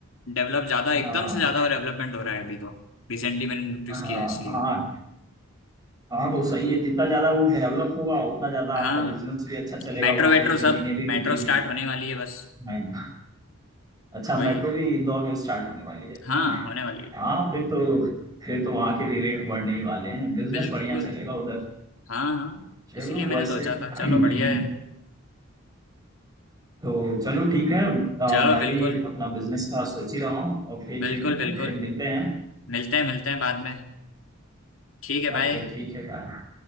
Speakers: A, on the left; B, on the right.
A: डेवलप ज्यादा
B: हाँ
A: एकदम से ज्यादा डेवलपमेंट हो रहा है अभी तो रिसेंटली मैंने नोटिस
B: हाँ
A: किया है इसलिए
B: हाँ हाँ तो सही है जितना ज्यादा वो डेवलप होगा उतना ज्यादा आपका
A: हाँ
B: बिजनेस भी अच्छा चलेगा
A: मेट्रो
B: वहां
A: वेट्रो
B: पे
A: सब
B: जमीनें भी
A: मेट्रो
B: बिकेंगी
A: स्टार्ट होने वाली है बस
B: हाँ। अच्छा
A: वही
B: मेट्रो भी इंदौर में स्टार्ट होने वाली है
A: हाँ
B: ना
A: होने वाली
B: हाँ फिर तो फिर तो वहां के भी रेट बढ़ने ही वाले हैं बिजनेस
A: है बिल्कुल
B: बढ़िया चलेगा उधर
A: हाँ हाँ
B: चलो
A: इसीलिए मैंने
B: वैसे
A: सोचा था चलो
B: <clears throat>
A: बढ़िया है
B: तो चलो ठीक है अ,
A: चलो
B: मैं
A: बिल्कुल
B: भी अपना बिजनेस का सोच ही रहा हूँ ओके
A: बिल्कुल
B: ठीक है
A: बिल्कुल
B: फिर मिलते हैं
A: मिलते हैं मिलते हैं बाद में ठीक है भाई
B: ओके ठीक है बाय